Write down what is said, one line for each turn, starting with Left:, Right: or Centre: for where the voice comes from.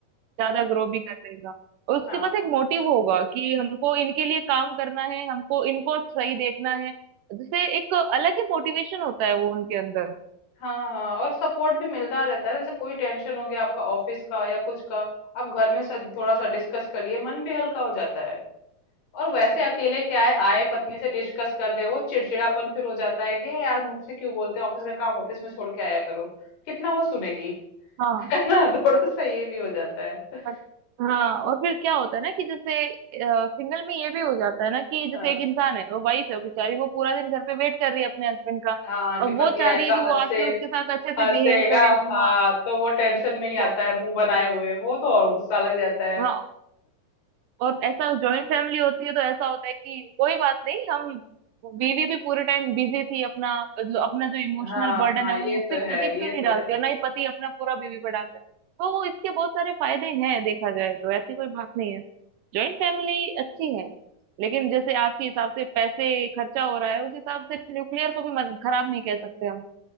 Right: ज्यादा ग्रो भी करेगा और उसके
Left: हाँ
Right: पास एक मोटिव होगा कि हमको इनके लिए काम करना है हमको इनको सही देखना है जैसे एक अलग ही मोटिवेशन होता है वो उनके अंदर
Left: हाँ हाँ और सपोर्ट भी मिलता रहता है जैसे कोई टेंशन हो गया आपका ऑफिस का या कुछ का आप घर में सा- थोड़ा सा डिस्कस कर लिए मन भी हल्का हो जाता है और वैसे अकेले क्या है आए
Right: ये
Left: पत्नी
Right: बात
Left: से डिस्कस कर रहे हो चिड़चिड़ापन फिर हो जाता है कि "ए यार मुझसे क्यों बोलते हैं ऑफिस का काम ऑफिस में छोड़ के आया करो कितना वो सुनेगी
Right: हाँ
Left: <laughs> है ना थोड़ा सा ये भी हो जाता है
Right: पर- हाँ और फिर क्या होता है ना कि जैसे सिंगल में ये भी हो जाता है ना कि जैसे
Left: हाँ
Right: एक इंसान है वो वाइफ है बेचारी वो पूरा दिन घर पे वेट कर रही है अपने हस्बैंड का
Left: हाँ कि
Right: अब
Left: पति
Right: वो चाह
Left: आएगा
Right: रही है कि वो
Left: हंसे
Right: आके उसके साथ अच्छे से
Left: हंसेगा
Right: बिहेव करे
Left: हाँ
Right: हाँ
Left: तो वो टेंशन में ही
Right: वो
Left: आता है मुंह बनाए हुए वो तो और गुस्सा लग जाता है
Right: हाँ और ऐसा जॉइंट फैमिली होती है तो ऐसा होता है कि कोई बात नहीं हम बीवी भी पूरे टाइम बिजी थी अपना मतलब अपना जो इमोशनल
Left: हाँ
Right: बर्डन
Left: हाँ
Right: है
Left: ये
Right: वो सिर्फ
Left: तो है
Right: पति पे
Left: ये
Right: नहीं
Left: तो
Right: डालती
Left: है
Right: और ना ही पति अपना पूरा बीवी पे डालता है तो इसके बहुत सारे फायदे हैं देखा जाए तो ऐसी कोई बात नहीं है जॉइंट फैमिली अच्छी है लेकिन जैसे आज के हिसाब से पैसे खर्चा हो रहा है उस हिसाब से न्यूक्लियर को भी मत- खराब नहीं कह सकते हम